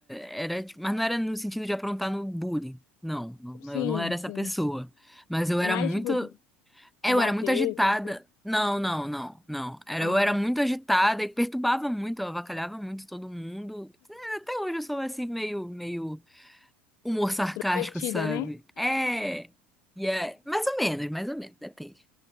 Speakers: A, in the centre; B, on the left.
A: era, tipo- mas não era no sentido de aprontar no bullying. Não, não,
B: sim,
A: eu não era essa
B: sim.
A: pessoa. Mas eu
B: É
A: era
B: mais
A: muito,
B: tipo de
A: eu
B: bater,
A: era muito agitada.
B: essas coisas.
A: Não, não, não, não. Era,
B: Ah,
A: eu era muito agitada e perturbava muito, eu avacalhava muito todo mundo. É, Até hoje eu sou assim meio, meio humor sarcástico,
B: extrovertida,
A: sabe?
B: né?
A: É, e é, mais ou menos, mais ou menos, depende.